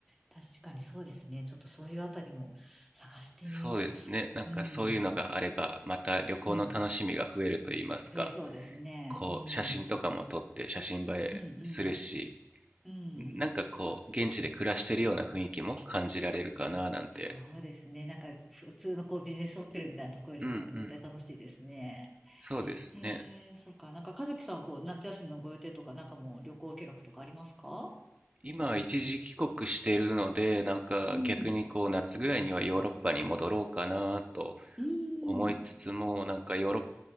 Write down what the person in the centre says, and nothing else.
確かにそうですね。ちょっとそういうあたりも探してみよう。
うん、
うん、増えそうですね。
うん、
うん、うん、うん。
そうですね。なんか、普通のこうビジネスホテルみたいなところよりも絶対楽しいですね。
へえ、そっか。なんか、和樹さん、こう、夏休みのご予定とか、なんかもう旅行計画とかありますか
うん。
うん。